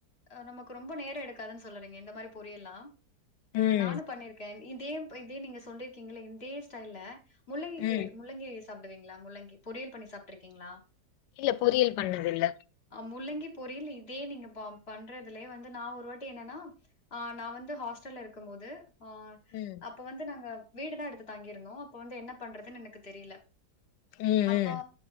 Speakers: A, on the left; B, on the left.
A: ஹ நமக்கு ரொம்ப நேரம் எடுக்காதுன்னு சொல்லறீங்க இந்த மாரி பொரியெல்லாம் ஆஹ்
B: ம்
A: நானு பண்ணிருக்கே இதே எம் இதே நீங்க சொல்லிருக்கீங்கல்ல இதே ஸ்டைல்ல முள்ளங்கி
B: ம்
A: கீரை முள்ளங்கி சாப்பிடுவீங்களா முள்ளங்கி பொரியல் பண்ணி சாப்பிட்ருக்கீங்களா
B: இல்ல பொரியல் பண்ணதில்ல
A: முள்ளங்கி பொரியில் இதே நீங்க பா பண்றதுலயே வந்து நா ஒரு வாட்டி என்னன்னா ஆஹ் நா வந்து ஹாஸ்டல்ல இருக்கும் போது ஆஹ
B: ம்
A: அப்ப வந்து நாங்க வீடுதா எடுத்து தங்கிருந்தோ அப்ப வந்து என்ன பண்றதுன்னு எனக்கு தெரியல
B: ம்
A: அப்ப
B: ம்